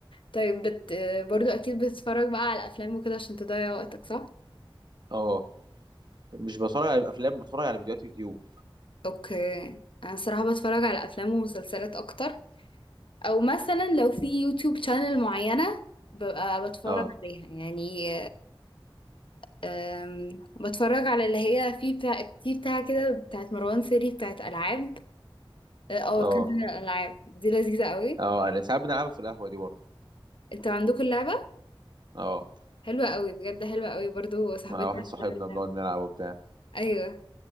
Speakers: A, on the left; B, on the right.
A: طيب بت... برضو اكيد بتتفرج بقى على افلام وكده عشان تضيع وقتك صح
B: اه مش بتفرج على افلام بتفرج على فيديوهات يوتيوب
A: اوكي انا الصراحه بتفرج على افلام ومسلسلات اكتر او مثلا لو في يوتيوب شانل معينه ببقى بتفرج
B: اه
A: عليها يعني أم، بتفرج على اللي هي في بتاع في بتاع كده بتاعت مروان سيري بتاعت ألعاب اه آه،
B: اه
A: كذا الألعاب دي لذيذة قوي
B: اه انا ساعات بنلعبها في القهوه دي برضه
A: انتوا عندكم اللعبة
B: اه
A: حلوة قوي بجد حلوة قوي برضو صاحبتي
B: مع واحد
A: عندها
B: صاحبنا
A: اللعبة
B: بنقعد نلعب وبتاع
A: ايوه